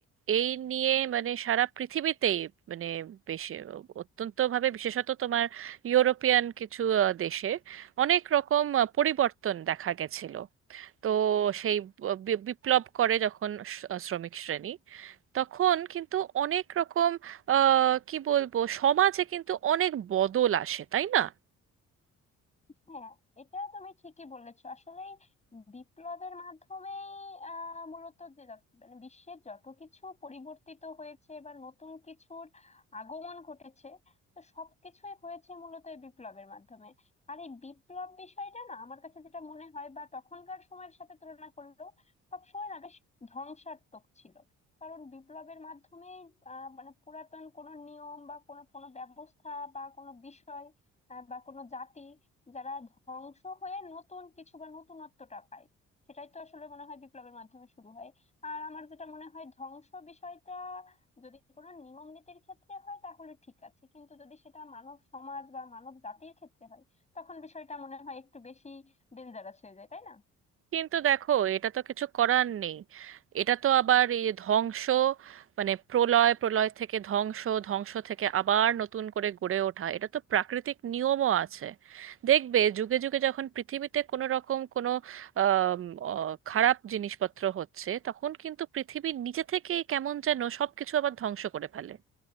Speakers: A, on the right; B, on the left.
A: এই নিয়ে মানে সারা পৃথিবীতেই মানে বেশ অত্যন্তভাবে বিশেষত তোমার ইউরোপিয়ান কিছু আহ, দেশে অনেক রকম আহ, পরিবর্তন দেখা গেছিল তো সেই বি- বিপ্লব করে যখন শ- শ্রমিক শ্রেণী তখন কিন্তু অনেক রকম আহ, কি বলবো সমাজে কিন্তু অনেক বদল আসে তাই না
B: হ্যাঁ এটা তুমি ঠিকই বলেছো আসলেই বিপ্লবের মাধ্যমেই আহ মূলত যে যত- মানে বিশ্বের যত কিছু পরিবর্তিত হয়েছে বা নতুন কিছুর আগমন ঘটেছে তো সবকিছুই হয়েছে মূলত এই বিপ্লবের মাধ্যমে আর এই বিপ্লব বিষয়টা না আমার কাছে যেটা মনে হয় বা তখনকার সময়ের সাথে তুলনা করলেও সবসময় না বেশ ধ্বংসাত্মক ছিল কারণ বিপ্লবের মাধ্যমেই আহ মানে পুরাতন কোনো নিয়ম বা কোনো কোনো ব্যবস্থা বা কোনো বিষয় আহ, বা কোনো জাতি যারা ধ্বংস হয়ে নতুন কিছু বা নতুনত্বটা পায় সেটাই তো আসলে মনে হয় বিপ্লবের মাধ্যমে শুরু হয় আর আমার যেটা মনে হয় ধ্বংস বিষয়টা যদি কোনো নিয়ম নীতির ক্ষেত্রে হয় তাহলে ঠিক আছে কিন্তু যদি সেটা মানব সমাজ বা মানব জাতির ক্ষেত্রে হয় তখন বিষয়টা মনে হয় একটু বেশি ডেঞ্জারাস হয়ে যায় তাই না
A: কিন্তু দেখো এটা তো কিছু করার নেই এটা তো আবার এই ধ্বংস মানে প্রলয় প্রলয় থেকে ধ্বংস ধ্বংস থেকে আবার নতুন করে গড়ে ওঠা এটা তো প্রাকৃতিক নিয়মও আছে দেখবে যুগে যুগে যখন পৃথিবীতে কোনো রকম কোনো আম, অ, খারাপ জিনিসপত্র হচ্ছে তখন কিন্তু পৃথিবী নিজে থেকেই কেমন যেন সব কিছু আবার ধ্বংস করে ফেলে